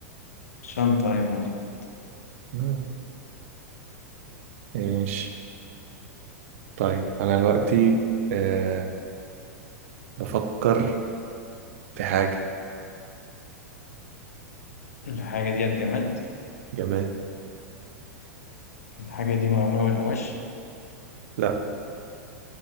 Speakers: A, on the left (about 70°); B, on the right (about 60°).
A: شنطة أيوة مظبوط
B: آه، ماشي طيب أنا دلوقتي آه بفكر في حاجة
A: الحاجة ديت جماد
B: جماد
A: الحاجة دي معمولة من قماش
B: لا